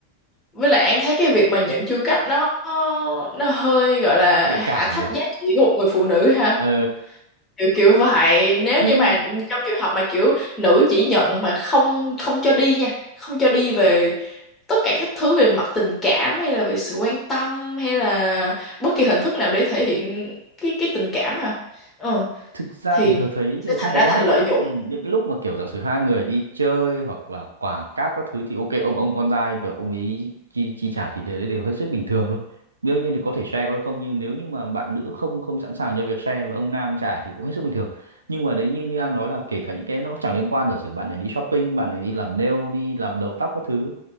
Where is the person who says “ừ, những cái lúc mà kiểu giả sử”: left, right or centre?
Right